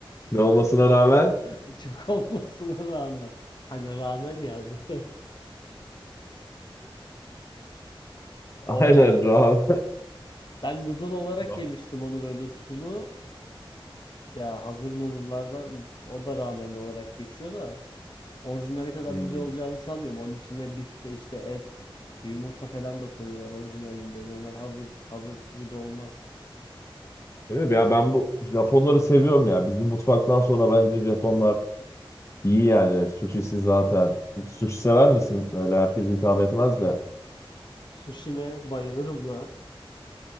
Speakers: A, on the left (about 30°); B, on the left (about 55°).
A: ne olmasına rağmen.
B: <laughs> Çok olmasına rağmen. Hani rağmen yazdı. <laughs>
A: <laughs>
B: O
A: Aynen
B: ben
A: rahat.
B: ben noodle olarak
A: Yok.
B: yemiştim onu böyle sulu. Ya hazır noodle'lardan o da rağmen olarak geçiyor da. Orijinali kadar
A: Hmm.
B: güzel olacağını sanmıyorum. Onun içine bifte işte et, yumurta falan da koyuyorlar orijinalinde. Normal hazır hazırki gibi olmaz.
A: Evet ya ben bu Japonları seviyorum ya. Bizim mutfaktan sonra bence Japonlar iyi yani. Sushisi zaten. Sushi sever misin? Öyle herkes hitap etmez de.
B: Sushi'me bayılırım la.